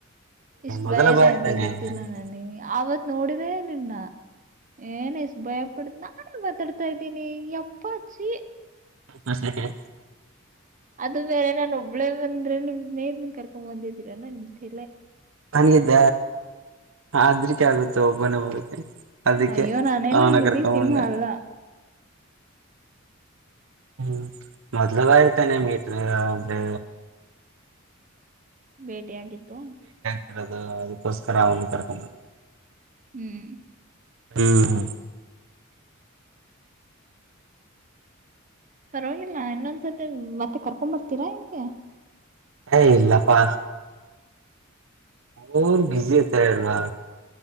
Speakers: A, on the right; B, on the right.
A: ಇಷ್ಟ
B: ಮೊದಲ
A: ಭಯದೆೇ
B: ಬಾರಿ
A: ಅಂತ
B: ತಾನೆ
A: ಗೊತ್ತಿಲ್ಲ ನನಗೆ ಆವತ್ತು ನೋಡಿದೆೇ ನಿನ್ನ ಎನಿಸ್ಟ ಬಯ್ ಪಡ್ನಾ ನಾಾನು ಮಾತಾಡ್ತಾ ಇದ್ದೀನಿ ಅಪ್ಪಾಜಿ
B: ಹಾ ಹ ಹ
A: ಅದು ಬೇರೆ ನಾನು ಒಬ್ಬಳೇ ಬಂದ್ರೆ ನಿಮ್ ಸ್ನೇಹಿತರನ್ನ ಕರ್ಕೊಂಡ್ ಬಂದಿದ್ದೀರ ನಮ್ ತಲೆ
B: ನನಿದ್ದ ಅದ್ರಿಕ್ಕೆ ಆಗುತ್ತೆ ಒಬ್ಬನೇ ಬರುತ್ತೆ ಅದಕ್ಕೆ
A: ಅಯ್ಯೋ ನಾನೇನ
B: ಅವನ
A: ಹುಲಿ
B: ಕರ್ಕೊಂಡೆ
A: ಸಿಂಹ ಅಲ್ಲ
B: ಹ್ಮ್ ಮೊದ್ಲು ಬರಿ ತಾನೆ ಮೀಟ್ ಅಂದ್ರೆ
A: ಭೇಟಿಯಾಗಿತ್ತು
B: ಅಕ್ಕೋಸ್ಕರ ಆಗ ಕರಕ
A: ಹ್ಮ್
B: ಹ್ಮ್ ಹ
A: ಪರವಾಗಿಲ್ಲ ಇನ್ನೊಂದ್ಸತಿ ಮತ್ತೆ ಕರ್ಕೊ ಬರ್ತೀರಾ ಹೆಂಗೆ
B: ಏ ಇಲ್ಲಪ್ಪಾ ಅವರು ಬಿಜಿ ಐತ ಅಲ್ವಾ